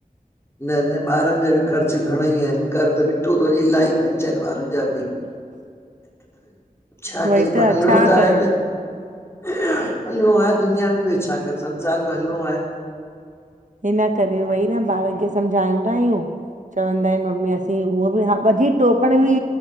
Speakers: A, on the left; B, on the right.
A: न न ॿारनि जा बि ख़र्च घणा ई आहिनि कर त ॾिठो थो वञे इलाही ख़र्च आहिनि ॿारनि जा बि
B: <inaudible>
A: छा
B: उहोई
A: कजे पोइ हलणो
B: छा
A: त आहे
B: कयनि
A: न। हलणो आहे दुनिया में ब्यो छा कर संसार में हलणो आहे।
B: हिन करे वई न ॿारनि खे सम्झाईंदा आहियूं। चवंदा आहिनि मम्मी असीं उअ वधिक टोकण बि